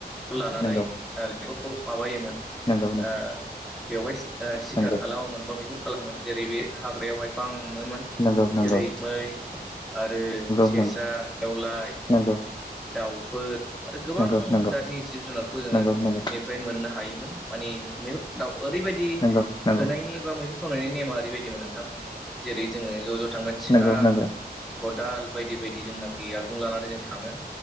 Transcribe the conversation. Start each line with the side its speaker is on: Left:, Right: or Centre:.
Centre: लानानै
Left: नंगौ
Centre: बेखौ माबायोमोन।
Left: नंगौ
Centre: ओ बेवहाय
Left: नंगौ
Centre: सिखार खालामोमोन बा मैहुर खालामोमोन जेरै बे हाग्रायावहाय गोबां हमोमोन
Left: नंगौ नंगौ
Centre: जेरै मै आरो सेसा
Left: नंगौ
Centre: नेवलाय
Left: नंगौ
Centre: दाउफोर आरो गोबां
Left: नंगौ नंगौ
Centre: जातनि जिब जुनारखौ जोङो
Left: नंगौ नंगौ
Centre: बेनिफ्राय मोननो हायोमोन मानि मैहुर दाउ ओरैबायदि
Left: नंगौ
Centre: होनायनि बा मैहुर खालामनायनि नेमा ओरैबायदिमोन नोंथां जेरै जों ज' ज' थांगोन सिखा
Left: नंगौ नंगौ नंगौ
Centre: खदाल बायदि बायदि जोंनाखि आगजु लानानै जों थाङो